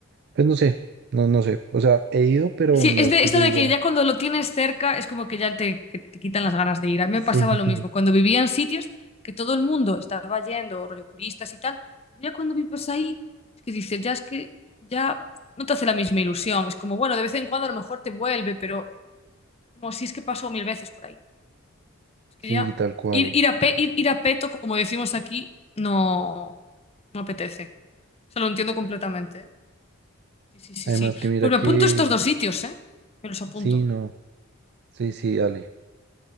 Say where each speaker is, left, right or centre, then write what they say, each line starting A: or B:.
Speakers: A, on the right; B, on the left.
A: pues, no sé, no, no sé. O sea, he ido, pero
B: Sí,
A: no
B: es
A: es
B: de
A: que
B: esto
A: yo
B: de
A: diga,
B: que ya cuando lo tienes cerca es como que ya te, que te quitan las ganas de ir. A mí
A: <laughs>
B: me pasaba lo
A: sí,
B: mismo. Cuando vivía en sitios que todo el mundo estaba yendo, rollo turistas y tal, pero ya cuando vives ahí, es que dices, ya es que ya no te hace la misma ilusión. Es como, bueno, de vez en cuando a lo mejor te vuelve, pero como si es que pasó mil veces por ahí. Es que
A: sí,
B: ya
A: tal cual.
B: ir, ir a pe- ir, ir a peto, como decimos aquí, no, no apetece. O sea, lo entiendo completamente, ¿eh? Sí, sí, sí,
A: Además
B: sí.
A: que mira
B: Pues me
A: que
B: apunto estos dos sitios, ¿eh? Me los apunto.
A: sí, no, sí, sí, dale,